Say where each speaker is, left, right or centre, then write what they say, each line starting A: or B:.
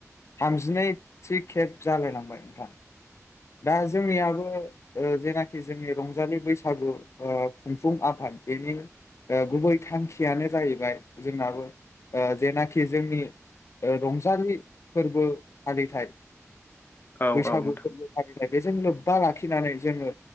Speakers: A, on the left; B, on the left.
A: थामजिनैथि खेब जालाय लांबाय नोंथां दा जोंनियाबो ओ जेनाखि जोंनि रंजालि बैसागु ओ खुंफुं आफाद बेनि ओ गुबै थांखियानो जाहैबाय जोंनाबो ओ जेनाखि जोंनि ओ रंजालि फोरबो फालिथाय
B: औ
A: बैसागु
B: औ नोंथां
A: फोरबो फालिथाय बेजों लोब्बा लाखिनानै जोङो